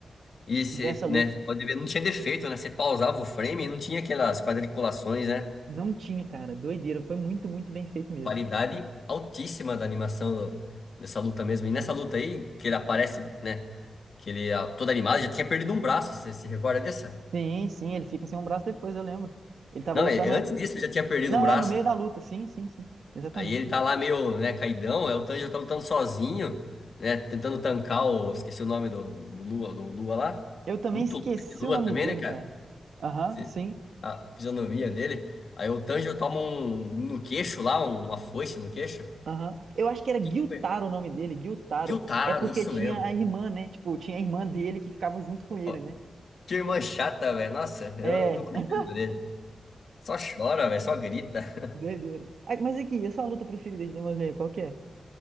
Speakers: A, on the left; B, on the right.
A: E você,
B: dessa luta.
A: né, pode ver, não tinha defeito, né? Você pausava o frame e não tinha aquelas quadriculações, né?
B: Não tinha, cara, doideira, foi muito, muito bem feito mesmo.
A: Qualidade altíssima da animação do- dessa luta mesmo. E nessa luta aí, que ele aparece, né? Que ele, ah, todo animado, já tinha perdido um braço. Você se recorda dessa?
B: Sim, sim, ele fica sem um braço depois, eu lembro. Ele tava
A: Não,
B: lutando.
A: e- antes disso ele já tinha perdido
B: Não,
A: um braço.
B: é, no meio da luta, sim, sim, sim, exatamente.
A: Aí ele tá lá meio, né, caidão, aí o Tanjiro tá lutando sozinho, né, tentando tancar o... Esqueci o nome do, do Lua, do Lua lá.
B: Eu também
A: Muito
B: esqueci
A: louco que Lua
B: o nome
A: também,
B: dele,
A: né, cara?
B: cara. Aham,
A: Se-
B: sim.
A: A fisionomia dele. Aí o Tanjiro toma um no queixo lá, uma foice no queixo.
B: Aham. Eu acho que era Guiltaro
A: Que que foi?
B: o nome dele, Guiltaro.
A: Gyutaro,
B: É porque
A: isso
B: tinha
A: mesmo.
B: a irmã, né? Tipo, tinha a irmã dele que ficava junto com
A: Pô,
B: ele, né?
A: que irmã chata, velho. Nossa, eu
B: É,
A: não curti o dele. Só chora, velho, só grita.
B: <laughs> doideira. Ah, Mas aqui, essa é a sua luta preferida de Demon Slayer, qual que é?